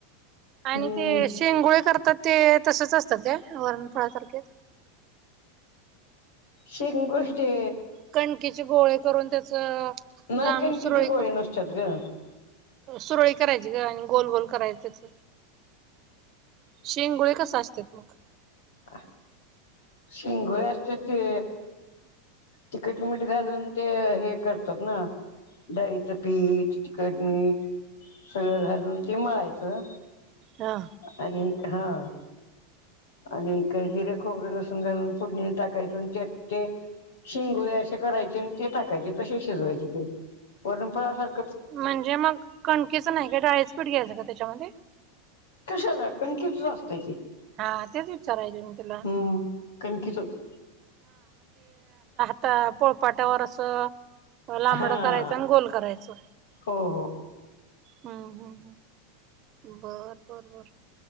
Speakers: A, on the right (about 40°); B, on the left (about 85°).
A: आणि
B: हम्म
A: ते शेंगोळे करतात ते तसच असतात काय वरणफळा सारखेेच
B: शिंगोष्टी
A: कणकीचे गोळे करून त्याच
B: नाही
A: लांब
B: कणकीचे
A: सुरळी
B: गोळे
A: क
B: नसतात ग
A: सुरळी करायची गं आणि गोल गोल करायचच तेच शेंगोळ कस असत्यात मग
B: अ शिंगोळे असत्यात ते तखट मिठ घालून ते हे करतात ना डाळीचं पीठ तिखट मीठ सगळं घालून ते मळायचं
A: हा
B: आणि हां आणि ते जिरे खोबरं लसून तून घालून फुडणीला टाकायच आणि त्यात ते शिंगोळे असे करायचे आणि ते टाकायचे तसे शिजवायचे ते वरून फळासारख
A: म्हणजे मग कणकेचं नाही का डाळीच पीठ घ्यायचं का त्याच्यामध्ये
B: <inaudible>
A: हां तेच विचारायलोय मी तुला
B: हम्म कणकीचच
A: त्या पोळपाटावर असं लांबडं
B: हा
A: करायच आणि गोल करायचं
B: हो
A: हं हं हम् बर बरबर